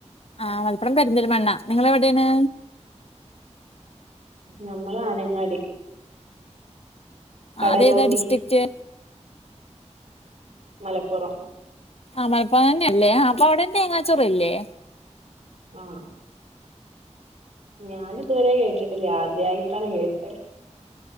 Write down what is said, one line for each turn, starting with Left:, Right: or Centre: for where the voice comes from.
Left: ആഹ് മലപ്പുറത്ത് പെരിന്തൽമണ്ണ നിങ്ങളെവിടെയാണ്
Right: ഞമ്മള് ആനങ്ങാടി കടലുണ്ടി
Left: അതേതാ ഡിസ്ട്രിക്റ്റ്
Right: മലപ്പുറം
Left: ആ മലപ്പൊറം തന്നെ അല്ലേ അപ്പൊ അവിടെ തേങ്ങാച്ചോറില്ലേ
Right: ആഹ് ഞാനിതുവരെ കേട്ടിട്ടില്ല ആദ്യായിട്ടാണ് കേട്ടെ